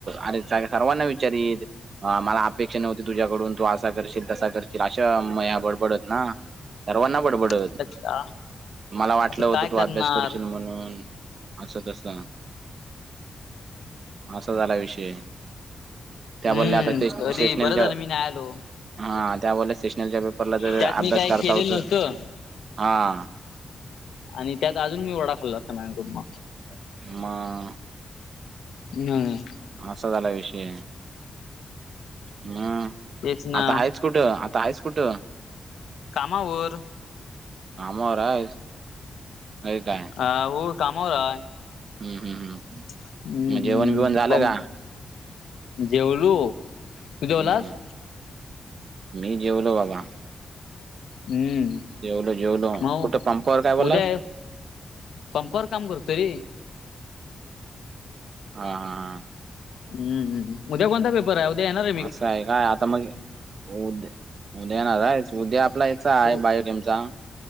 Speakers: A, on the right (about 60°); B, on the left (about 80°).
A: अरे सर्वांना विचारीत. अ मला अपेक्षा नव्हती तुझ्याकडून तू असा करशील तसा करशील अशा मया बडबडत ना. सर्वांना बडबडत
B: आता का
A: मला वाटलं
B: आता
A: होतं
B: काय
A: तू
B: करणार
A: अभ्यास करशील म्हणून. असं तस ना. असा झाला विषय त्या
B: हम्म
A: बदल्या आता स्टे स्टेशनरीच्या.
B: तरी बरं झालं मी नाही आलो
A: हा त्यामुळे स्टेशनरीच्या पेपरला जर
B: त्यात
A: अभ्यास
B: मी काय
A: करत
B: केलेलं
A: होत
B: नव्हतं
A: हा.
B: आणि त्यात अजून मी वडा खाल्ला असता मॅम कुंब.
A: म
B: नाय.
A: असा झाला विषय हम्म
B: तेच ना
A: आता आहेच. कुठं आता आहेस कुठं?
B: कामावर.
A: कामावर आहेस नाही काय.
B: हाव कामावर हाय
A: हम्म हम्म हम्म
B: हम्म
A: मग
B: हम्म
A: जेवण बिवण झालं का
B: हम्म. जेवलू. तू
A: हम्म
B: जेवलास?
A: हम्म मी जेवलो बाबा.
B: हम्म
A: जेवलो जेवलो.
B: मग
A: कुठं पंपवर काय बोललास?
B: उद्या पंपावर काम करतो रे?
A: हा हा हा
B: हम्म हम्म. उद्या कोणता पेपर? <inaudible>
A: असं आहे काय आता मग उद्या उद्या येणार हायस, उद्या आपला. याचा
B: तू
A: आहे बायोलॉजि चा